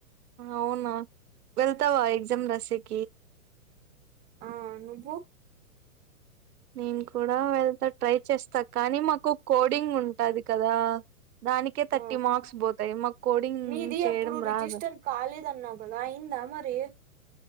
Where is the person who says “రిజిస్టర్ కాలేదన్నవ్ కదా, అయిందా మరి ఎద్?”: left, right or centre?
Right